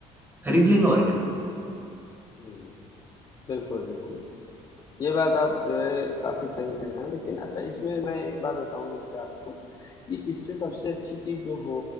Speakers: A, on the right; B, on the left.
A: खरीद लेंगे और क्या
B: हम्म बिल्कुल बिल्कुल ये बात आप जो है काफी सही कह रहे हैं लेकिन अच्छा इसमें मैं एक बात बताऊं जैसे आपको कि इससे सबसे अच्छी चीज जो हो